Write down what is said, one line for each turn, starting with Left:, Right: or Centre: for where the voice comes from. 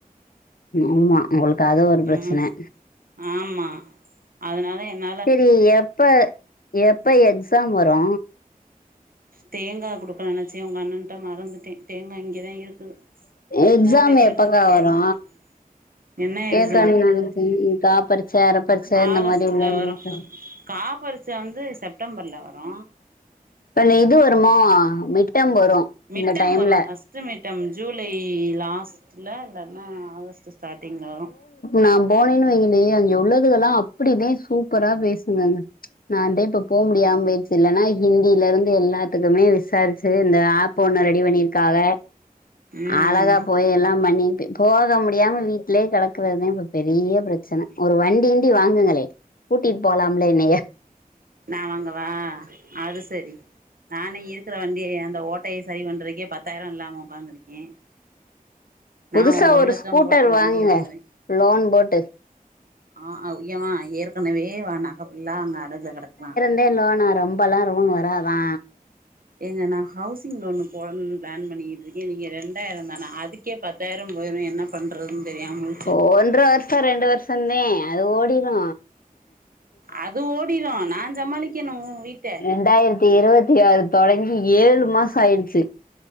Left: ஆமா உங்களுக்கு அது ஒரு பிரச்சன
Right: ம் ஆமா அதனால என்ன
Left: செரி எப்ப எப்ப எக்ஸாம் வரு
Right: தேங்கா குடுக்கணுன் நெனைச்சே உங்க அண்ணன்ட்ட மறந்துட்டே தேங்கா இங்கேதா இருக்குது
Left: எக்ஸாம்
Right: போவேல
Left: எப்பக்கா
Right: எடுத்துட்டு போலான்ட்டு
Left: வரு
Right: என்ன எக்ஸ்
Left: <unintelligible> நெனச்சே காப்பரிட்ச்ச அரப்பரி பரிச்ச இந்த
Right: ஆகஸ்ட்ல
Left: மாரி உள்ளது
Right: வரு கா பரிச்ச வந்து செப்டம்பர்ல வரு
Left: இப்பனி இது வருமா மிட்டம் வரு
Right: மிட்டம்
Left: இந்த டைம்ல
Right: வரும் ஃபர்ஸ்ட்டு மி ட்டம் ஜூலை லாஸ்ட்ல இல்லன்னா ஆகஸ்டு ஸ்டார்ட்டிங்ல வரு
Left: நா போனேன்னு வைங்களே அங்க உள்ளதுகல்லா அப்டிதே சூப்பரா பேசுங்கங்க நா தே இப்ப போ முடியாமலே போயிடுச்சு இல்லன்னா ஹிந்திலருந்து எல்லாத்துக்குமே விசாரிச்சு இந்த ஆப் பபு ஒண்ணு ரெடி பண்ணியிருக்காக
Right: ம்
Left: அழகா போ போய் எல்லாம் பண்ணிட்டு போக முடியாமல் வீட்லயே கடக்கறதுதா இப்ப பெரிய பிரச்சன ஒரு வண்டிகிண்டி வாங்குங்களே கூட்டிட்டு போலாம்ல என்னய
Right: ந வாங்க வா அது செரி நானே இருக்கிற வண்டிய அந்த ஓட்டைய சரி பண்ணுறதுக்கே பத்தாயிரொ இல்லாம உக்காந்துருக்கே நா
Left: புதுசா ஒரு
Right: லட்சம்
Left: ஸ்கூட்டர்
Right: போட்டு வண்டி
Left: வாங்குங்க
Right: வாங்குறே
Left: லோன் போட்டு
Right: ஆ யமா ஏற்கனவே நகைஃபுல்லா அங்க அடகுல கடக்குதா
Left: டே லோனா ரொம்பல்லா லோன் வராதா
Right: ஏங்க நா ஹவுசிங் லோனு போடனுன் ப்ளான் பண்ணிக்கிட்ருக்கே நீங்க ரெண்டாயிரந் தானா அதுக்கே பத்தாயிரம் போயிரும் என்ன பண்றதுன்னு தெரியாம மு
Left: ஓ ஒன்ற வருஷொ ரெண்டு வருஷொந்தே அது ஓடிடு
Right: அது ஓடிடரு நா சமாளிக்கணு வீட்
Left: ரெண்டாயிரத்தி இருவத்தி ஆறு தொடங்கி ஏழு மாசொ ஆயிடுச்சு